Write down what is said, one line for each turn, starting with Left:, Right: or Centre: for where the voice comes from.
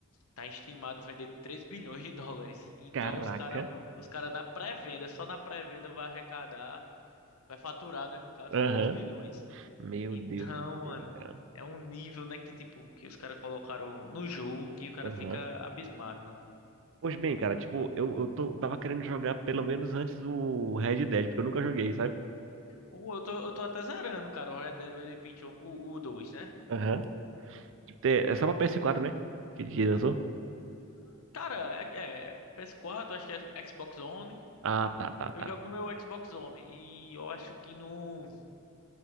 Left: tá estimado vender 3 bilhões de dólares. Então
Right: Caraca.
Left: os cara, os cara na pré-venda, só na pré-venda vai arrecadar, vai faturar, né, no caso,
Right: Aham.
Left: 2 bilhões.
Right: Meu
Left: Então,
Right: Deus do céu,
Left: Ana
Right: cara.
Left: é um nível, né, que tipo, que os caras colocaram no jogo que o cara
Right: Aham.
Left: fica abismado, mano.
Right: Pois bem, cara, tipo, eu, eu, tô, eu tava querendo jogar pelo menos antes o Red Dead, porque eu nunca joguei, sabe?
Left: Ou eu tô, eu tô até zerando, cara, o Red Dead Redemption, o, o dois né?
Right: Aham. É é só pra ps quatro, né? Que, que lançou?
Left: Hum, Cara, é, é PS4, acho que é Xbox One.
Right: Ah, tá, tá, tá.
Left: Eu jogo no meu Xbox One e eu acho que no,